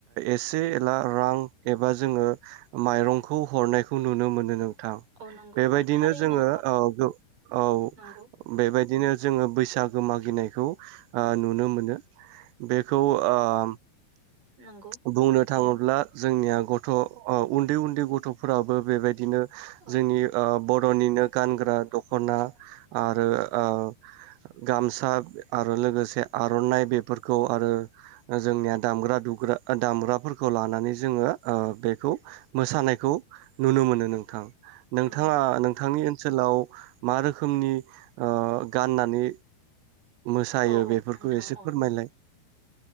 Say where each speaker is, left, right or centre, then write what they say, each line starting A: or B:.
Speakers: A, on the right (about 85°); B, on the right (about 50°).
A: एसे एला रां एबा जोङो माइरंखौ हरनायखौ नुनो मोनो नों थां
B: औ नंगौ
A: बेबायदिनो
B: औ थारैनो
A: जोङो औ औ
B: नंगौ
A: बेबायदिनो जोङो बैसागो मागिनायखौ ओ नुनो मोनो बेखौ ओ
B: नंगौ
A: बुंनो थाङोब्ला जोंनिया गथ' उन्दै उन्दै गथ'फोराबो बेबायदिनो
B: औ
A: जोंनि ओ बर' र'निनो गानग्रा दख'ना आरो ओ गामसा आरो लोगोसे आर'नाइ बेफोरखौ आरो जोंनिया दामग्रा दुग्रा दामग्राफोरखौ लानानै जोङो ओ बेखौ मोसानायखौ नुनो मोनो नोंथां नोंथाङा
B: औ नोंथां
A: नोंथांनि ओनसोलाव मा रोखोमनि ओ गाननानै मोसायो
B: औ औ
A: बेफोरखौ
B: नोंथां
A: एसे
B: औ
A: फोरमायलाय